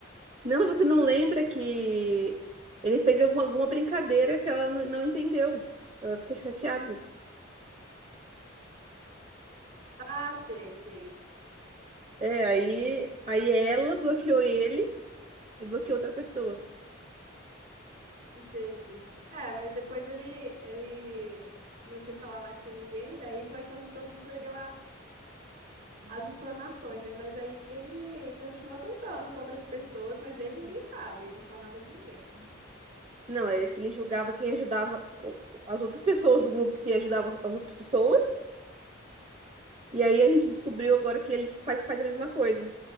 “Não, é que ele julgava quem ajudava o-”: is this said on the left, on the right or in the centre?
Right